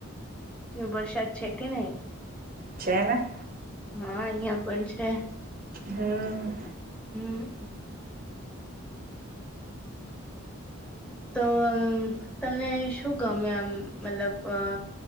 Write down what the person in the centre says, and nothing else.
વરસાાદ છે, કે નઈ?
હા અહિયાં પણ છે.
હમ. તો આમ તમને શું ગમે આમ મતલબ અ